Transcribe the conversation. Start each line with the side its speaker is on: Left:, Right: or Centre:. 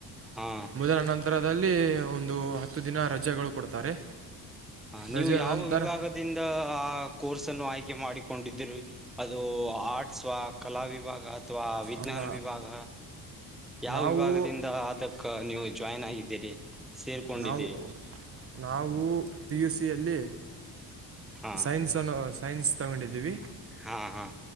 Centre: ಹಾ
Right: ಮೊದಲ ನಂತರದಲ್ಲಿ ಒಂದು ಹತ್ತು ದಿನ ರಜೆಗಳು ಕೊಡ್ತಾರೆ
Centre: ನೀವು
Right: ರಜೆ
Centre: ಯಾವ
Right: ನಂತರ
Centre: ವಿಭಾಗ ರಿಂದ ಆ ಕೋರ್ಸ್ ಅನ್ನು ಆಯ್ಕೆ ಮಾಡಿಕೊಂಡಿದಿರವಿ ಅದು ಆ ಸ್ವಾ ಕಲಾ ವಿಭಾಗ ಅಥವಾ ವಿಜ್ಞಾನ
Right: ಅಲ್ಲ
Centre: ವಿಭಾಗ ಯಾವ
Right: ನಾವು
Centre: ವಿಭಾಗದಿಂದ ಅದಕ್ಕೆ ನೀವು ಜಾಯ್ನ್ ಆಗಿದ್ದೀರಿ ಸೇರ್ಕೊಂಡಿದ್ದೀರಿ
Right: ನಾವು ನಾವು ಪಿ ಯು ಸಿಯಲ್ಲಿ
Centre: ಹಾ
Right: ಸೈನ್ಸನ್ನು ಸೈನ್ಸ್ ತಗೊಂಡಿದ್ದೀವಿ
Centre: ಹಾ ಹಾ